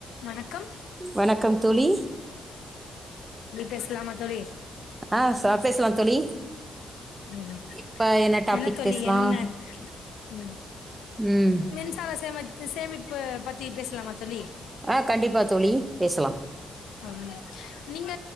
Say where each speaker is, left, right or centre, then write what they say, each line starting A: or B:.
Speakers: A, on the left; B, on the right.
A: வணக்கம்
B: வணக்கம் தோழி
A: பேசலமா தோழி
B: ஆ சா பேசலா தோழி
A: ம்
B: இப்ப டாபிக்
A: என்ன தோழி
B: பேசலாம்
A: என்ன ம்
B: ம்
A: மின்சார சேமித்து சேமிப்பு பத்தி பேசலாமா தோழி
B: ஆ கண்டிப்பா தோழி பேசலா
A: ஆமா நீங்க